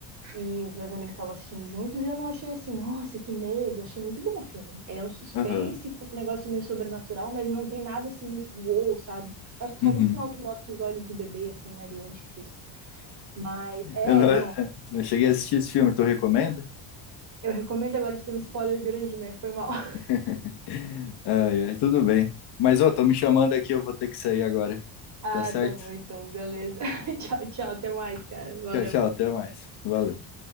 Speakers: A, on the right; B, on the left.
A: e os meus amigos estavam assistindo juntos e eu não achei assim, nossa, que medo. Eu Achei muito bom o filme. Ele é um suspense
B: Aham.
A: com um negócio meio sobrenatural, mas não tem nada assim muito wow, sabe? Acho que
B: Uhum.
A: só no final que mostra os olhos do bebê, assim, né, do anticristo. Mas, é,
B: Eu não, <laughs>
A: não.
B: eu não cheguei a assistir esse filme, tu recomenda?
A: Eu recomendo agora te dar um spoiler grande, né? Foi mal. <laughs>
B: <laughs> Ai, ai, tudo bem. Mas, ô, tô me chamando aqui, eu vou ter que sair agora.
A: Ah,
B: Tá certo?
A: tá bom então, beleza. <laughs> Tchau, tchau, até mais, cara. Valeu.
B: Tchau, tchau, até mais. Valeu.